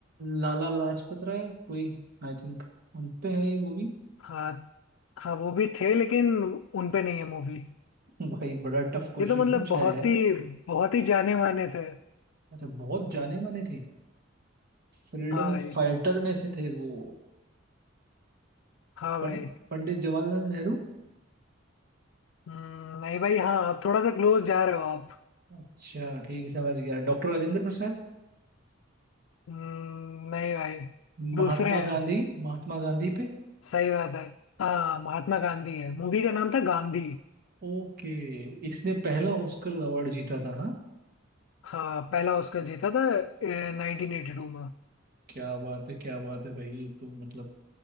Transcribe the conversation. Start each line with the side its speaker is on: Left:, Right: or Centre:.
Right: लाला लाजपत राय कोई आई थिंक उन पे है ये मूवी
Left: हाँ हाँ वो भी थे लेकिन उन पे नहीं है मूवी
Right: भाई बड़ा टफ क्वेश्चन
Left: ये तो मतलब
Right: पूछा
Left: बहुत
Right: है यार
Left: ही बहुत ही जाने माने थे
Right: अच्छा बहुत जाने माने थे फ्रीडम
Left: हाँ भाई
Right: फाइटर में से थे वो
Left: हाँ
Right: पं-
Left: भाई
Right: पंडित जवाहरलाल नेहरू
Left: हम्म, नहीं भाई हाँ आप थोड़ा सा क्लोज जा रहे हो आप
Right: अच्छा ठीक है समझ गया डॉक्टर राजेंद्र प्रसाद
Left: हम्म, नहीं भाई दूसरे
Right: महात्मा
Left: हैं
Right: गांधी महात्मा गांधी पे
Left: सही बात है हाँ महात्मा गांधी है मूवी का नाम था गांधी
Right: ओके इसने पहला ऑस्कर अवार्ड जीता था हाँ
Left: हाँ पहला ऑस्कर जीता था नाइनटीन एटी टू में
Right: क्या बात है क्या बात है भाई ये तो मतलब